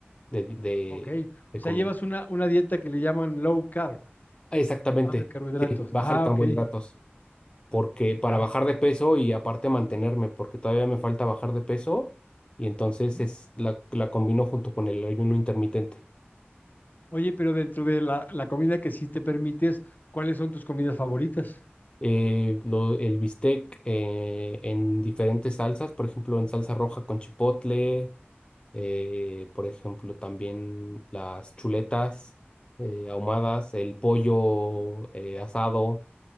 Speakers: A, on the left; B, on the left.
A: de, de,
B: ok.
A: de
B: O sea,
A: comida.
B: llevas una, una dieta que le llaman low carb,
A: Ah, Exactamente,
B: baja en carbohidratos.
A: sí, bajar
B: Ah,
A: carbohidratos.
B: ok,
A: porque para
B: ya.
A: bajar de peso y aparte mantenerme, porque todavía me falta bajar de peso y entonces
B: Ujú.
A: es la, la combino junto con el ayuno intermitente.
B: Oye, pero dentro de la, la comida que sí te permites, ¿cuáles son tus comidas favoritas?
A: Eh, lo- el bistec eh, en diferentes salsas, por ejemplo, en salsa roja con chipotle, eh, por ejemplo, también las chuletas eh, ahumadas, el pollo eh, asado,